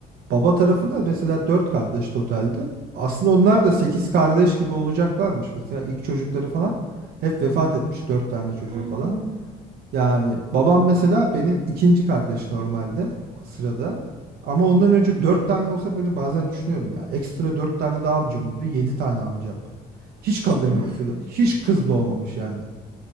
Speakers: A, on the right (about 70°); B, on the right (about 30°).
A: baba tarafında mesela dört kardeş totaldi. Aslında onlar da
B: Hı.
A: sekiz kardeş gibi olacaklarmış. Mesela ilk çocukları falan hep vefat etmiş dört tane çocuğu
B: Aa,
A: falan. Yani babam mesela benim ikinci kardeş normalde o sırada. Ama ondan önce dört tane olsa böyle bazen düşünüyorum ya. Ekstra dört tane daha amcam oluyor. Yedi tane amcam. Hiç kadın
B: of.
A: yok. Süla- Hiç kız doğmamış yani.